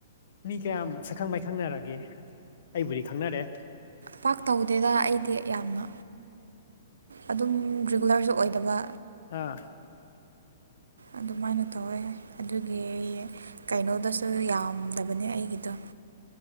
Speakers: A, on the left; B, on the right.
A: ꯃꯤ ꯀꯌꯥꯝ ꯁꯛꯈꯪ ꯃꯥꯏꯈꯪꯅꯔꯒꯦ ꯑꯩꯕꯨꯗꯤ ꯈꯪꯅꯔꯦ
B: ꯄꯥꯛ ꯇꯧꯗꯦꯗ ꯑꯩꯗꯤ ꯌꯥꯝꯅ ꯑꯗꯨꯝ ꯔꯤꯒꯨꯂꯔꯁꯨ ꯑꯣꯏꯗꯕ
A: ꯑꯥ
B: ꯑꯗꯨꯃꯥꯏꯅ ꯇꯧꯋꯦ ꯑꯗꯨꯒꯤ ꯀꯩꯅꯣꯗꯁꯨ ꯌꯥꯝꯗꯕꯅꯦ ꯑꯩꯒꯤꯗꯣ